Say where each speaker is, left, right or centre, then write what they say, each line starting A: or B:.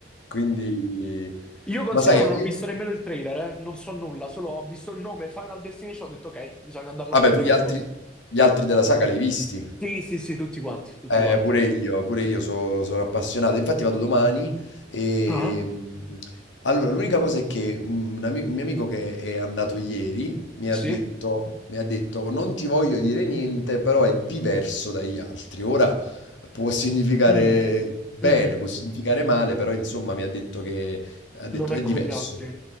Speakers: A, on the left; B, in the centre.
A: quindi...
B: Io considero
A: Ma sai, io...
B: non ho visto nemmeno il trailer, eh. Non so nulla, solo ho visto il nome Final Destination, ho detto ok, bisogna andarla
A: Vabbè,
B: a vedere
A: tu gli
B: per
A: altri,
B: forza.
A: gli altri della saga li hai visti?
B: Sì, sì, sì, tutti quanti, tutti
A: Eh,
B: quanti.
A: pure io, pure io so- sono appassionato. Infatti vado domani e...
B: Ah,
A: mm, Allora, l'unica cosa è che mhmm, un, ami- un mio amico che è andato ieri mi ha
B: sì?
A: detto, mi ha detto, non ti voglio dire niente, però è diverso dagli altri. Ora può significare
B: Mm,
A: bene,
B: mm,
A: può significare male, però insomma mi ha detto che ha detto,
B: non è
A: è
B: come
A: diverso.
B: gli altri.